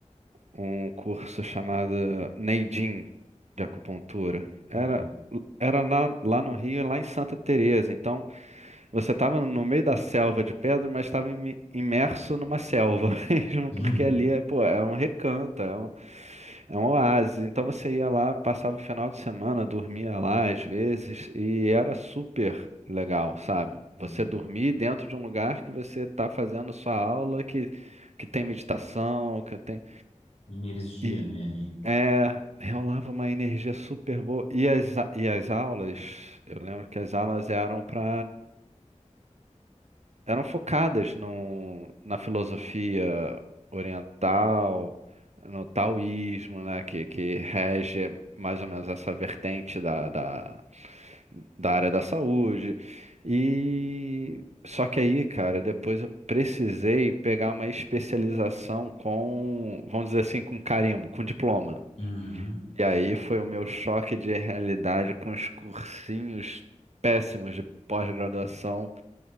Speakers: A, on the right; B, on the left.
A: um curso chamado Neijin de acupuntura era
B: não,
A: era lá, lá no Rio lá em Santa Teresa então Você estava no meio da selva de pedra, mas estava imerso numa selva <laughs> mesmo,
B: <laughs>
A: porque ali é, pô, é um recanto, é um, é um oásis. Então você ia lá, passava o final de semana, dormia lá às vezes, e era super legal, sabe? Você
B: não é
A: dormir dentro de um lugar que você está fazendo sua aula, que, que tem meditação, que tem.
B: energia,
A: E
B: né, ali.
A: é, rolava uma energia super boa. E as, a- e as aulas, eu lembro que as aulas eram para eram focadas no, na filosofia oriental, no taoísmo, né, que, que rege mais ou menos essa vertente da, da, da área da saúde. E só que aí, cara, depois eu precisei pegar uma especialização com, vamos dizer assim, com carimbo, com diploma.
B: Uhum.
A: E aí foi o meu choque de realidade com os cursinhos péssimos de pós-graduação